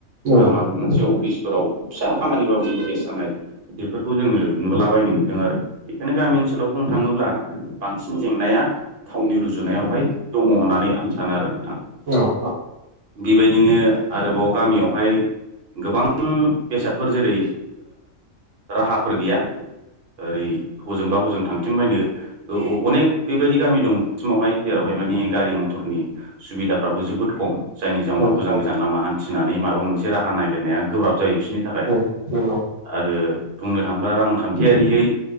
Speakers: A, on the right (about 70°); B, on the right (about 50°).
A: नंगौ औ
B: बा माबा मोनसे अफिस। फोराव फिसा खामानिबाबनि गेस जानाय बेफोरखौ जोङो नुलाबायनो मोन्दों आरो। बेखायनो गामि ओनसोलाव बुंनो थाङोब्ला बांसिन जेंनाया थावनि रुजुनायावहाय दङ होननानै। आं सानो आरो नोंथां।
A: <unintelligible> <inaudible>
B: बेबायदिनो आरोबाव गामियावहाय। गोबां बेसादफोर जेरै राहाफोर गैया ओरै हजोंबा हजों थांथिं बायनो अनेक बेबायदि गामि दंसिमावहाय जेरावहाय माने गारि मथरनि सुबिदाफ्राबो जोबोद खम जायनि जाउनाव
A: औ
B: गोजान
A: औ
B: गोजान लामा हान्थिनानै माबा मोनसे राहा नागिरनाया गोब्राब जायो बिस नि थाखाय
A: नंगौ नंगौ
B: आरो बुंनो थांब्ला रांखान्थियारियै